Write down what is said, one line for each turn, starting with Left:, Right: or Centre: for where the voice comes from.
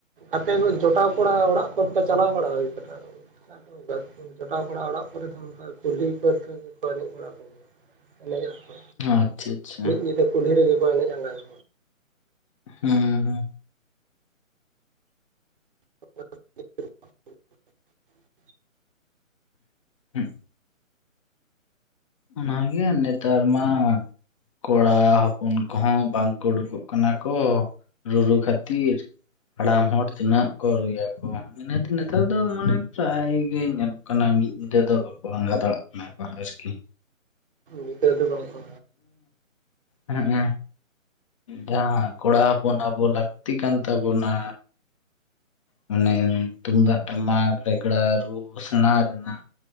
Right: ᱟᱯᱮ ᱠᱚ ᱡᱚᱴᱟᱣ ᱠᱚᱲᱟ ᱚᱲᱟᱜ ᱠᱷᱚᱱ ᱯᱮ ᱪᱟᱞᱟᱣ ᱵᱟᱲᱟ ᱦᱩᱭ ᱟᱠᱟᱱᱟ ᱡᱚᱴᱟᱣ ᱵᱟᱲᱟ ᱚᱲᱟᱜ ᱠᱚᱨᱮ ᱫᱚ ᱚᱱᱠᱟ ᱠᱩᱞᱦᱤ ᱠᱚᱨᱮ ᱜᱮᱠᱚ ᱮᱱᱮᱡ ᱵᱟᱲᱟ ᱠᱚᱜ ᱜᱮᱭᱟ ᱮᱱᱮᱡ ᱟᱠᱚ
Left: ᱟᱪᱪᱷᱟ ᱟᱪᱪᱷᱟ
Right: ᱢᱤᱫ ᱧᱤᱫᱟᱹ ᱠᱩᱞᱦᱤ ᱨᱮᱜᱮ ᱠᱚ ᱮᱱᱮᱡ ᱟᱸᱜᱟᱭᱟ
Left: ᱦᱮᱸ ᱦᱮᱸ
Right: <unintelligible>
Left: ᱦᱮᱸ ᱚᱱᱟᱜᱮ ᱱᱮᱛᱟᱨ ᱢᱟ ᱠᱚᱲᱟ ᱦᱚᱯᱚᱱ ᱠᱚᱦᱚᱸ ᱵᱟᱝᱠᱚ ᱩᱸᱰᱩᱠᱚᱜ ᱠᱟᱱᱟ ᱠᱚ ᱨᱩᱨᱩ ᱠᱷᱟᱹᱛᱤᱨ ᱦᱟᱲᱟᱢ ᱦᱚᱲ ᱛᱤᱱᱟᱹᱜ ᱠᱚ ᱨᱩᱭᱟᱠᱚ ᱤᱱᱟᱹᱛᱮ ᱱᱮᱛᱟᱨ ᱫᱚ ᱢᱟᱱᱮ ᱯᱨᱟᱭ ᱜᱮ ᱧᱮᱞᱚᱜ ᱠᱟᱱᱟ ᱢᱤᱫ ᱧᱤᱫᱷᱟᱹ ᱫᱚ ᱵᱟᱠᱚ ᱟᱸᱜᱟ ᱫᱟᱲᱮᱭᱟᱜ ᱠᱟᱱᱟ ᱠᱚ ᱟᱨᱠᱤ
Right: ᱜᱤᱫᱟᱹᱨ ᱫᱚ ᱵᱟᱝ ᱠᱚ
Left: ᱦᱮᱸ ᱡᱟᱦᱟᱸ ᱠᱚᱲᱟ ᱦᱚᱯᱚᱱ ᱟᱵᱚ ᱞᱟᱹᱠᱛᱤ ᱠᱟᱱ ᱛᱟᱵᱚᱱᱟ ᱢᱟᱱᱮ ᱛᱩᱢᱫᱟ ᱴᱟᱢᱟᱠ ᱨᱮᱜᱲᱟ ᱨᱩ ᱥᱮᱬᱟ ᱨᱮᱱᱟᱜ